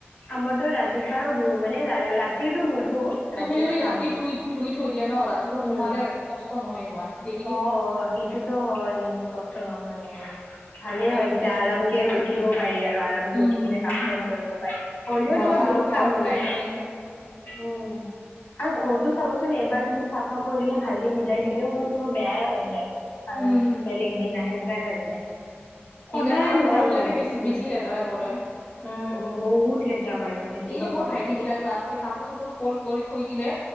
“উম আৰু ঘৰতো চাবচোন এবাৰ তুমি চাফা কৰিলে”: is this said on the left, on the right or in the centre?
Left